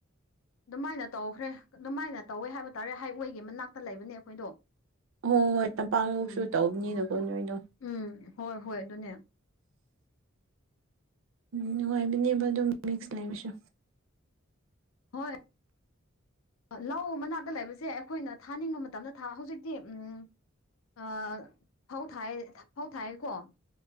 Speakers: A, on the left; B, on the right.
A: ꯑꯗꯨꯃꯥꯏꯅ ꯇꯧꯈ꯭ꯔꯦ ꯑꯗꯨꯃꯥꯏꯅ ꯇꯧꯋꯦ ꯍꯥꯏꯕ ꯇꯥꯔꯦ ꯍꯥꯏꯋꯦꯒꯤ ꯃꯅꯥꯛꯇ ꯂꯩꯕꯅꯦ ꯑꯩꯈꯣꯏꯗꯣ
B: ꯍꯣꯏ ꯍꯣꯏ ꯇꯝꯄꯥꯛ ꯂꯧꯁꯨ
A: ꯎꯝ
B: ꯇꯧꯕꯅꯤꯅꯀꯣ ꯅꯣꯏꯗꯣ
A: ꯎꯝ ꯍꯣꯏ ꯍꯣꯏ ꯑꯗꯨꯅꯦ
B: ꯎꯝ ꯅꯨꯡꯉꯥꯏꯕꯅꯦꯕ ꯑꯗꯨꯝ ꯃꯤꯛꯁ ꯂꯩꯕꯁꯨ
A: ꯍꯣꯏ ꯂꯧ ꯃꯅꯥꯛꯇ ꯂꯩꯕꯁꯦ ꯑꯩꯈꯣꯏꯅ ꯊꯥꯅꯤꯡꯕ ꯃꯇꯝꯗ ꯊꯥ ꯍꯧꯖꯤꯛꯇꯤ ꯎꯝ ꯑ ꯐꯧ ꯊꯥꯏꯌꯦ ꯐꯧ ꯊꯥꯏꯌꯦꯀꯣ